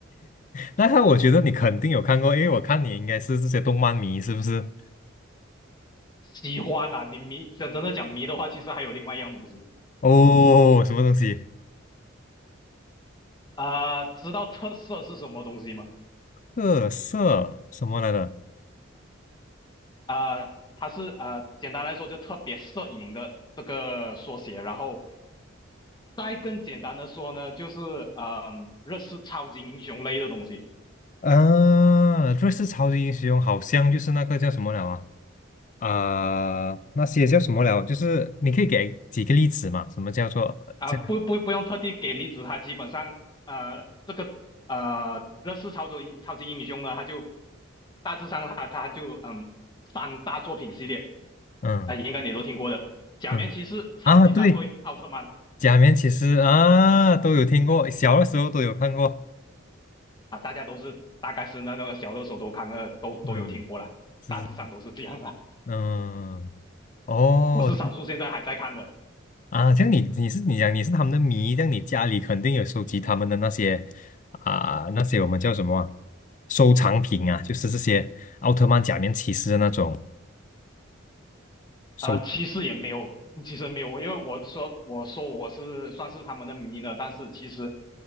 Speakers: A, on the left; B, on the left.
A: 那他我觉得你肯定有看过，因为我看你应该是这些动漫迷，是不是？
B: 喜欢啊，你迷真真的讲迷的话，其实还有另外一样东西，
A: 哦，
B: 嗯
A: 什么东西？
B: 啊、知道特色是什么东西吗？
A: 特色什么来的？
B: 啊、它是啊、简单来说就特别摄影的这个缩写，然后再更简单的说呢，就是嗯、呃日式超级英雄类的东西。
A: 啊，瑞士超级英雄好像就是那个叫什么了啊？啊、那些叫什么了？就是你可以给几个例子嘛？什么叫做呃这？
B: 啊，不不不用特地给例子，他基本上呃这个呃乐视超级超级英雄呢，他就大致上他他就嗯三大作品系列
A: 嗯
B: 啊、应该你都听过的，假面骑士、
A: 嗯
B: 超级战队、
A: 啊，对，
B: 奥特曼
A: 假面骑士啊，都有听过，小的时候都有看过。
B: 啊，大家都是大概是那那个小热手都看了都都有听过啦，
A: 嗯，是
B: 大致上都是这样啦。
A: 嗯哦
B: 我是少数现在还在看的，
A: 啊，像你你是你讲你是他们的迷，像你家里肯定有收集他们的那些啊、那些我们叫什么啊收藏品啊，就是这些奥特曼、假面骑士的那种。收。
B: 呃，其实也没有，其实没有，因为我说我说我是算是他们的迷呢，但是其实